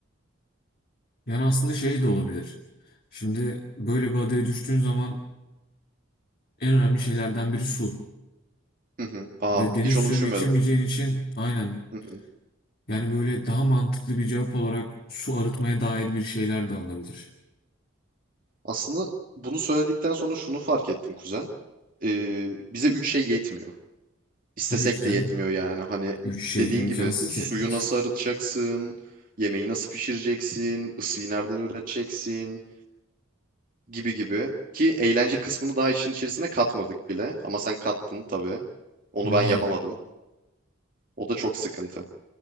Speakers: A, on the left; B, on the right.
A: Yani aslında şey de olabilir. Şimdi böyle bir adaya düştüğün zaman en önemli şeylerden biri su.
B: Hı hı. Aa,
A: Ve deniz
B: hiç
A: suyunu
B: onu düşünmedim.
A: içemeyeceğin için aynen.
B: Hı hı.
A: Yani böyle daha mantıklı bir cevap olarak su arıtmaya dair bir şeyler de alınabilir.
B: Aslında bunu söyledikten sonra şunu fark ettim kuzen. e, bize üç şey yetmiyor. İstesek
A: Tabii ki canım.
B: de yetmiyor yani. Hani
A: Üç şey
B: dediğin
A: imkansız
B: gibi suyu
A: yetmez.
B: nasıl arıtacaksın, yemeği nasıl pişireceksin, ısıyı nereden üreteceksin gibi gibi. Ki eğlence kısmını daha işin içerisine katmadık bile. Ama sen kattın tabii. Onu
A: Aynen.
B: ben yapamadım. O da çok sıkıntı.